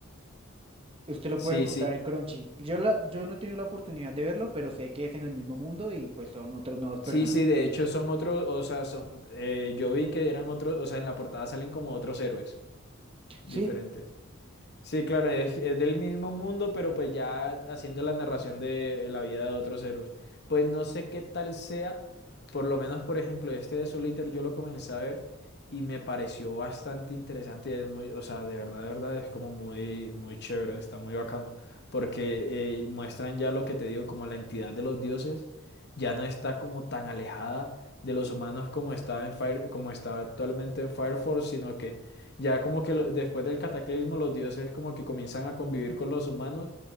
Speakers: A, on the right; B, on the left.
A: Usted lo
B: Sí,
A: puede encontrar
B: sí,
A: en Crunchy. Yo, la, yo no he tenido la oportunidad de verlo, pero sé que es en el mismo mundo y pues son otros nuevos personajes.
B: sí, sí, de hecho son otros, o sea, son, eh, yo vi que eran otros, o sea, en la portada salen como otros héroes diferentes.
A: Sí,
B: Sí, claro, es, es del mismo mundo, pero pues ya haciendo la narración de la vida de otros héroes. Pues no sé qué tal sea, por lo menos, por ejemplo, este de Soul Eater yo lo comencé a ver y me pareció bastante interesante y es muy, o sea, de verdad, de verdad, es como muy, muy chévere, está muy bacano, porque eh, muestran ya lo que te digo, como la entidad de los dioses ya no está como tan alejada de los humanos como estaba en Fire, como estaba actualmente en Fire Force, sino que ya como que lo- después del cataclismo los dioses como que comienzan a convivir con los humanos